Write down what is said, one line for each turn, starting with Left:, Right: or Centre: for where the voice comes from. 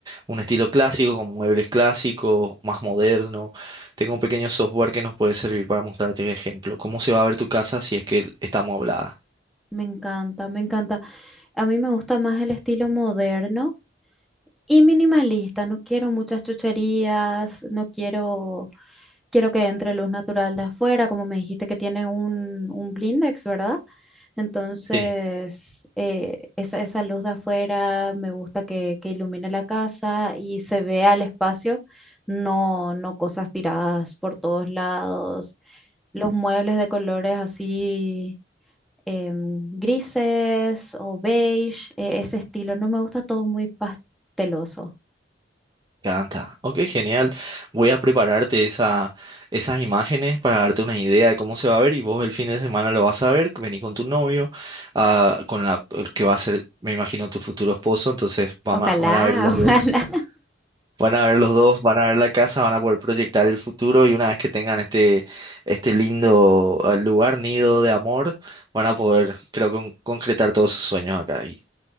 Right: un estilo clásico con muebles clásicos, más moderno? Tengo un pequeño software que nos puede servir para mostrarte el ejemplo, cómo se va a ver tu casa si es que está amueblada.
Centre: Me encanta, me encanta. A mí me gusta más el estilo moderno y minimalista. No quiero muchas chucherías, no quiero quiero que entre luz natural de afuera, como me dijiste que tiene un, un blindex, ¿verdad? Entonces,
Right: Sí.
Centre: eh, esa, esa luz de afuera me gusta que, que ilumine la casa y se vea el espacio, no, no cosas tiradas por todos lados. Los muebles de colores así em, grises o beige, eh, ese estilo, no me gusta todo muy pasteloso.
Right: Canta. Ok, genial. Voy a prepararte esa, esas imágenes para darte una idea de cómo se va a ver y vos el fin de semana lo vas a ver. Vení con tu novio, ah, con la el que va a ser, me imagino, tu futuro esposo. Entonces van
Centre: Ojalá,
Right: a, van a ver los
Centre: <laughs>
Right: dos.
Centre: ojalá
Right: Van a ver los dos, van a ver la casa, van a poder proyectar el futuro y una vez que tengan este, este lindo ah, lugar, nido de amor, van a poder, creo, que, con- concretar todos sus sueños acá. Y